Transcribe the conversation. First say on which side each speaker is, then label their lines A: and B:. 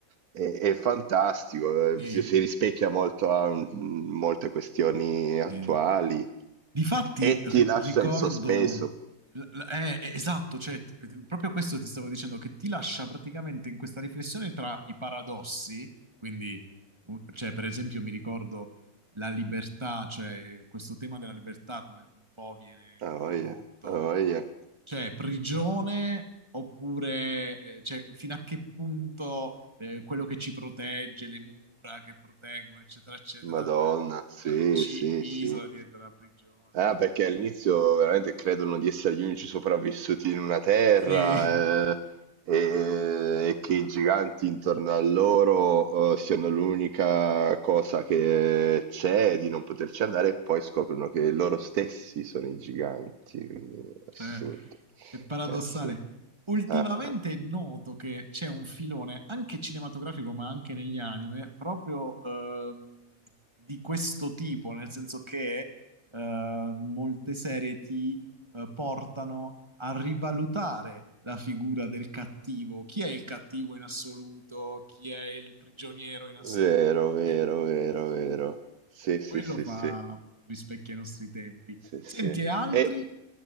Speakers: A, on the right (about 85°); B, on the right (about 20°).
A: e- è fantastico,
B: Sì,
A: eh, si, si rispecchia molto a mm, molte questioni
B: sì.
A: attuali
B: Difatti
A: e
B: ri-
A: ti lascia
B: ricordo...
A: in sospeso.
B: l- l- eh, esatto, cioè, ti- proprio questo ti stavo dicendo, che ti lascia praticamente in questa riflessione tra i paradossi, quindi, un- cioè, per esempio, mi ricordo la libertà, cioè questo tema della libertà come un po' viene
A: Ah,
B: introdotto
A: voglia, ah, voglia.
B: Cioè, prigione oppure eh, cioè, fino a che punto eh, quello che ci protegge, le mura che proteggono, eccetera, eccetera,
A: Madonna, sì,
B: eh, ci
A: sì,
B: isola
A: sì.
B: diventa una prigione.
A: Ah, perché all'inizio veramente credono di essere gli unici sopravvissuti in una terra,
B: Sì, <laughs>
A: eh, e, e che i giganti intorno a loro, eh, siano l'unica cosa che c'è di non poterci andare, e poi scoprono che loro stessi sono i giganti, quindi è
B: cioè,
A: assurdo,
B: È paradossale.
A: è assurdo.
B: Ultimamente
A: Ah, ah.
B: è noto che c'è un filone, anche cinematografico, ma anche negli anime, proprio ehm, di questo tipo, nel senso che eh, molte serie ti eh, portano a rivalutare la figura del cattivo. Chi è il cattivo in assoluto? Chi è il prigioniero in assoluto?
A: Vero, vero,
B: Chi è il libero
A: vero,
B: in assoluto?
A: vero.
B: E quindi
A: Sì, sì,
B: quello
A: sì,
B: fa
A: sì.
B: rispecchia i nostri tempi.
A: Sì,
B: Senti,
A: sì.
B: e altri?
A: E,